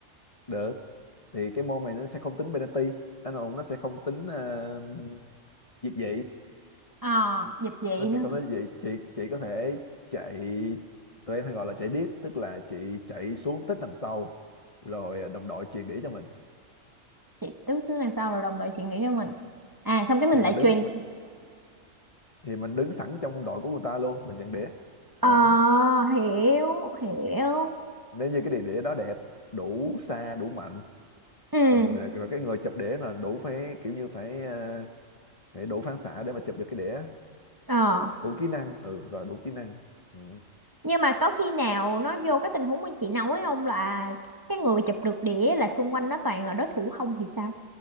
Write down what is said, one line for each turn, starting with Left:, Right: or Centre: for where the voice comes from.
Left: được thì cái môn này nó sẽ không tính penalty anh Hùng nó sẽ không tính ờ, việt dị
Right: à dịch vậy
Left: nó sẽ
Right: nữa
Left: không tính gì chị chị có thể chạy tụi em hay gọi là chạy deep tức là chị chạy xuống tít đằng sau rồi à, đồng đội chuyền đĩa cho mình
Right: chị đứng xuống đằng sau rồi đồng đội chuyển điểm cho mình à xong cái mình
Left: thì
Right: lại
Left: mình đứng
Right: truyền
Left: thì mình đứng sẵn trong khung đội của người ta luôn mình nhận đĩa
Right: ờ
Left: đó.
Right: hiểu hiểu
Left: nếu như cái địa đĩa đó đẹp đủ xa đủ mạnh
Right: ừ
Left: mình à, rồi cái người chụp đĩa là đủ phải kiểu như phải ờ, phải đủ phản xạ để mà chụp được cái đĩa
Right: ờ
Left: đủ kỹ năng ừ phải gọi là đủ kỹ năng ừ.
Right: nhưng mà có khi nào nó vô cái tình huống mà chị nói không là cái người chụp được đĩa là xung quanh nó toàn là đối thủ không thì sao